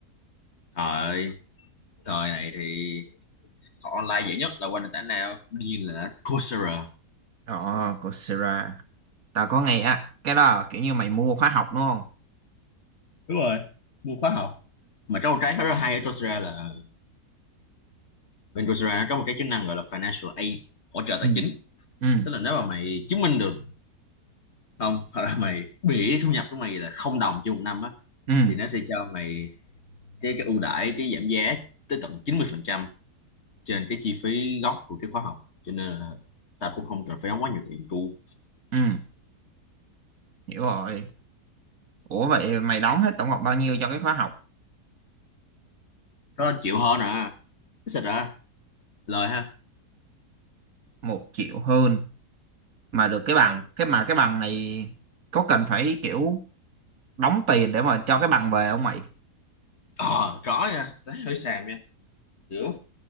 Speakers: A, on the left; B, on the right.
A: thời thời này thì học online dễ nhất là qua nền tảng nào đương nhiên là Coursera
B: ồ Coursera tao có nghe á cái đó là kiểu như mày mua khóa học đúng không
A: đúng rồi mua khóa học mà có một cái khá là hay ở Coursera là bên Coursera nó có một cái chức năng gọi là financial aid hỗ trợ tài
B: ừ
A: chính
B: ừ
A: tức là nếu mà mày chứng minh được không hoặc là mày bị thu nhập của mày là không đồng trên một năm á
B: ừ
A: thì nó sẽ cho mày cái cái ưu đãi cái giảm giá tới tận 90% trên cái chi phí gốc của cái khóa học cho nên là tao cũng không cần phải đóng quá nhiều tiền tu
B: ừ hiểu rồi ủa vậy mày đóng hết tổng cộng bao nhiêu cho cái khóa học
A: có chịu hơn à cái xịt à lời ha
B: một triệu hơn mà được cái bằng
A: ừ
B: cái mà cái bằng này có cần phải kiểu đóng tiền để mà cho cái bằng về không mày
A: ờ có nha tao hơi xàm nha kiểu